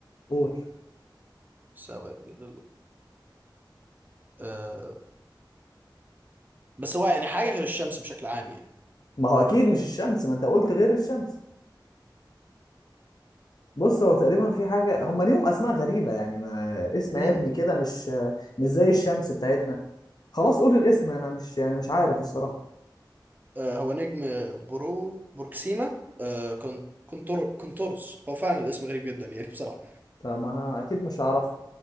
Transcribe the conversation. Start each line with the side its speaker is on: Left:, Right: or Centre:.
Left: قول
Right: سواء للأرض أه... بس هو يعني حاجة غير الشمس بشكل عام
Left: ما هو اكيد مش الشمس ما انت قلت غير الشمس بص هو تقريبا في حاجه هم ليهم اسماء غريبه يعني ما اسم
Right: يعني
Left: علمي كده مش مش زي الشمس بتاعتنا خلاص قول الاسم انا مش يعني مش عارف الصراحه
Right: آه، هو نجم برو بروكسيما آه، كون- كونتور كونتورس هو فعلا الاسم غريب جدا يعني <laughs> بصراحة
Left: طب ما انا اكيد مش هعرف